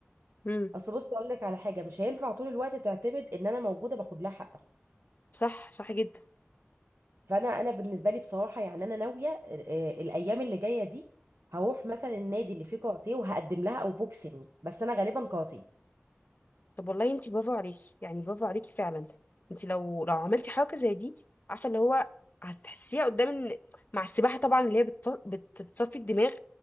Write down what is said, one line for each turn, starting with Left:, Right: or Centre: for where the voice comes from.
Left: امم
Right: اصل بصي اقول لك على حاجه مش هينفع طول الوقت تعتمد ان انا موجوده باخد لها حقها
Left: صح صح جدا
Right: فانا انا بالنسبه لي بصراحه يعني انا ناويه آه، آه، الايام اللي جايه دي هروح مثلا النادي اللي فيه كاراتيه وهقدم لها او بوكسينج بس انا غالبا كاراتيه
Left: طب والله انت برافو عليكي يعني برافو عليكي فعلا انت لو لو عملتي حركه زي دي عارفه اللي هو هتحسيها قدام إن- مع السباحه طبعا اللي هي بتف- بت- بتصفي الدماغ